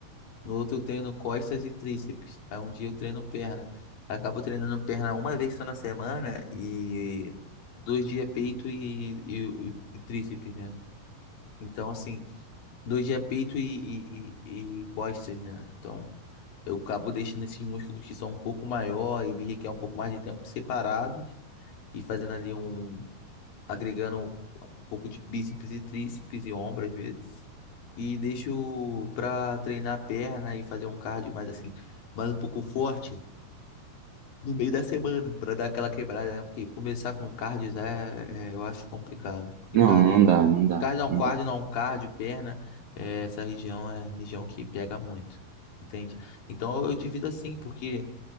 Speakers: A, on the left; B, on the right.
A: No outro eu treino costas e tríceps. Aí um dia eu treino perna. Acabo treinando perna uma vez só na semana e dois dias peito e, e, e tríceps, né? Então, assim, dois dias peito e, e, e, e costas, né? Então, eu acabo deixando esses músculos que são um pouco maior e me requer um pouco mais de tempo separados e fazendo ali um, agregando um pouco de bíceps e tríceps e ombro às vezes. E deixo pra treinar a perna e fazer um cardio mais assim, mais um pouco forte no meio da semana, pra dar aquela quebrada, né? Porque começar com cardio já é, é, eu acho complicado. Porque
B: Não,
A: cardio,
B: não dá, não dá,
A: cardio não,
B: não
A: cardio
B: dá.
A: não, cardio, perna, é, essa região é região que pega muito, entende? Então eu divido assim, porque